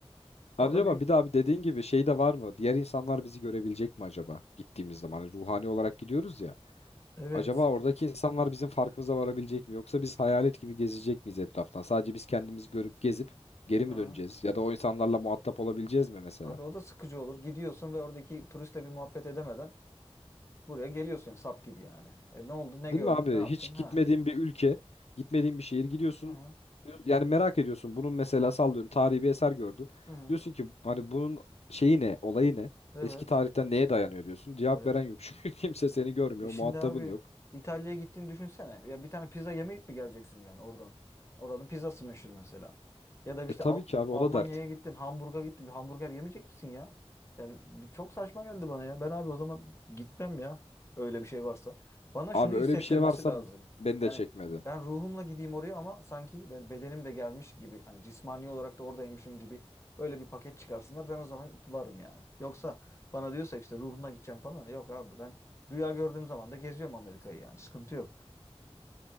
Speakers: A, on the left (about 80°); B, on the left (about 25°).
A: Abi
B: O da
A: Acaba
B: bir
A: bir de abi dediğin gibi şey de var mı? Diğer insanlar bizi görebilecek mi acaba gittiğimiz zaman? Hani ruhani olarak gidiyoruz ya.
B: Evet.
A: Acaba oradaki insanlar bizim farkımıza varabilecek mi? Yoksa biz hayalet gibi gezecek miyiz etraftan? Sadece biz kendimizi görüp gezip geri mi
B: Aha.
A: döneceğiz? Ya da o insanlarla muhatap olabileceğiz mi mesela?
B: Abi o da sıkıcı olur. Gidiyorsun ve oradaki turistle bir muhabbet edemeden buraya geliyorsun sap gibi yani. E ne oldu? Ne
A: Değil
B: gördün?
A: mi abi?
B: Ne yaptın?
A: Hiç
B: Ha.
A: gitmediğin bir ülke, gitmediğin bir şehir gidiyorsun.
B: Hı hı.
A: diyor- Yani merak ediyorsun. Bunun mesela sallıyorum tarihi bir eser gördün.
B: Hı hı.
A: Diyorsun ki hani bunun şeyi ne, olayı ne?
B: Evet.
A: Eski tarihten neye dayanıyor diyorsun. Cevap
B: Evet.
A: veren yok <laughs> çünkü kimse seni görmüyor,
B: E şimdi
A: muhatabın
B: abi
A: yok.
B: İtalya'ya gittiğini düşünsene. Ya bir tane pizza yemeyip mi geleceksin yani oradan? Oranın pizzası meşhur mesela. Ya da işte
A: E tabii
B: Al-
A: ki abi o
B: Almanya'ya
A: da dert.
B: gittin, Hamburg'a gittin. Bir hamburger yemeyecek misin ya? Yani bu çok saçma geldi bana ya. Ben abi o zaman gitmem ya. Öyle bir şey varsa. Bana
A: Abi
B: şunu hissettirmesi
A: öyle bir şey varsa
B: lazım.
A: beni de
B: Yani
A: çekmedi.
B: ben ruhumla gideyim oraya ama sanki ben bedenim de gelmiş gibi. Hani cismani olarak da oradaymışım gibi. Öyle bir paket çıkarsınlar. Ben o zaman varım yani. Yoksa bana diyorsa işte ruhuna gideceğim falan. Yok abi ben Rüya gördüğüm zaman da geziyorum Amerika'yı yani. Sıkıntı yok.